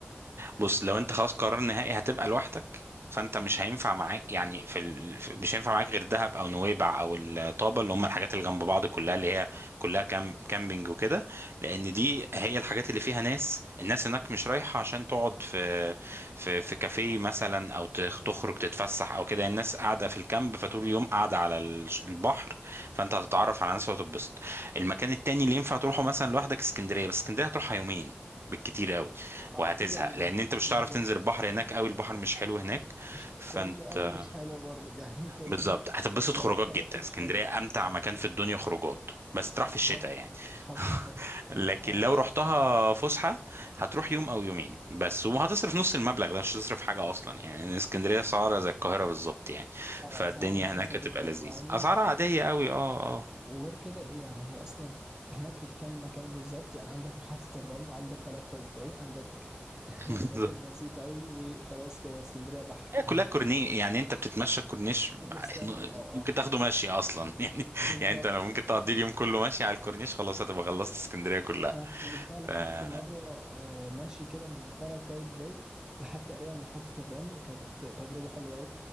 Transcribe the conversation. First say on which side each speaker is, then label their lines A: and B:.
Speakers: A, on the right; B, on the right.
A: بص لو انت خلاص قرار نهائي هتبقى لوحدك فانت مش هينفع معاك يعني في ال... في- مش هينفع معاك غير دهب او نويبع او الطابه اللي هم الحاجات اللي جنب بعض كلها اللي هي كلها كام... كامبينج وكده لان دي هي الحاجات اللي فيها ناس الناس هناك مش رايحه عشان تقعد في في في كافيه مثلا او ت- تخرج تتفسح او كده الناس قاعده في الكامب فطول اليوم قاعده على ال- البحر فانت هتتعرف على ناس وهتتبسط المكان التاني اللي ينفع تروحه مثلا لوحدك اسكندريه بس اسكندريه هتروحها يومين بالكتير قوي
B: اه
A: وهتزهق
B: تزعل منها
A: لان انت مش
B: بالظبط
A: هتعرف تنزل البحر هناك قوي البحر مش حلو هناك
B: مش
A: فانت
B: كله قال لي مش حلوة برضه <laughs> يعني كل
A: بالظبط
B: الناس
A: هتتبسط
B: اللي
A: خروجات
B: عرفتها
A: جدا
B: قالت لي
A: اسكندريه
B: مش حلوة
A: امتع مكان في الدنيا خروجات بس تروح في
B: حصل
A: الشتاء يعني
B: حصل
A: <laughs>
B: حصل
A: لكن
B: آه
A: لو رحتها فسحه هتروح يوم او يومين بس وهتصرف نص المبلغ ده مش هتصرف حاجه اصلا يعني اسكندريه اسعارها زي القاهره بالظبط يعني
B: آه،
A: فالدنيا
B: صراحة رخيصة
A: هناك
B: جدا
A: هتبقى لذيذه
B: يعني
A: اسعارها
B: و-
A: عاديه قوي اه اه
B: وغير كده ايه يعني هي اصلا هناك كم مكان بالظبط يعني عندك محطة الرمل عندك قلعة قايتباي عندك <laughs>
A: <laughs>
B: اماكن بسيطة قوي وخلاص كده اسكندرية بح <laughs>
A: هي كلها كورني يعني انت بتتمشى الكورنيش
B: كوبري ستانلي اه اه
A: ممكن تاخده ماشي اصلا <laughs> يعني
B: بالظبط
A: يعني انت لو ممكن تقضي اليوم كله ماشي على الكورنيش خلاص هتبقى خلصت اسكندريه كلها
B: انا في- بالفعل
A: ف- آه،
B: خدت مرة آه، ماشي كده من قلعة قايتباي لحد تقريبا محطة الرمل كانت تجربة حلوة